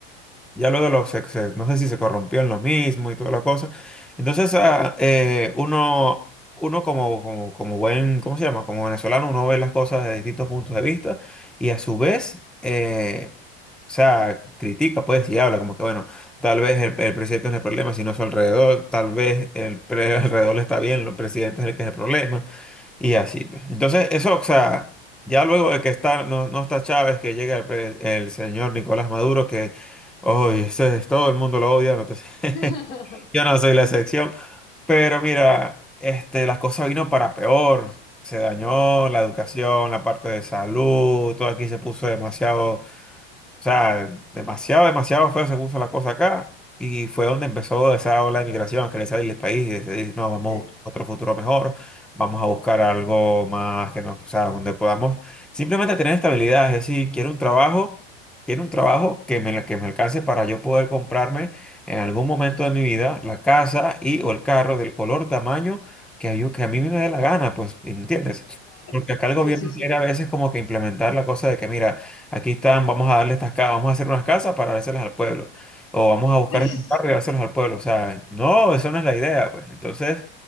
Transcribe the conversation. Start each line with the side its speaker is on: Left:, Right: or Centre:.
Centre: Ya luego los excesos, no sé si se corrompió en lo mismo y toda la cosa. Entonces, ah, eh, uno, uno como, como, como buen, ¿cómo se llama? Como venezolano, uno ve las cosas de distintos puntos de vista y a su vez, eh, o sea, critica, pues, y habla como que, bueno, tal vez el, el presidente no es el problema, sino su alrededor, tal vez el pre- <laughs> alrededor está bien, el presidente es el que es el problema, y así. pues. Entonces, eso, o sea, ya luego de que está, no, no está Chávez, que llega el, el el señor Nicolás Maduro, que Uy, ese es- todo el mundo lo odia, no te- <laughs>
Left: <laughs>
Centre: yo no soy la excepción. Pero mira, este, las cosas vino para peor. Se dañó la educación,
Left: Sí,
Centre: la parte de salud, todo aquí se puso demasiado. O sea, demasiado, demasiado feo se puso la cosa acá y fue donde empezó esa ola de migración, a querer salir del país y decidir, no, vamos
Left: sí.
Centre: a buscar otro futuro mejor, vamos a buscar algo más que nos, o sea, donde podamos simplemente tener estabilidad, es decir, quiero un trabajo, quiero un trabajo que me, que me alcance para yo poder comprarme en algún momento de mi vida la casa y o el carro del color, tamaño que, yo, que a mí me dé la gana, pues, ¿entiendes?
Left: Claro.
Centre: Porque acá el gobierno
Left: Sí, sí, sí.
Centre: quiere a veces como que implementar la cosa de que, mira, Aquí están, vamos a darle estas casas, vamos a hacer unas casas para dárselas al pueblo. O vamos a
Left: <laughs>
Centre: buscar
Left: Sí, sí,
Centre: estos
Left: sí.
Centre: carros y dárselos al pueblo. O sea, no, eso no es la idea, pues. Entonces,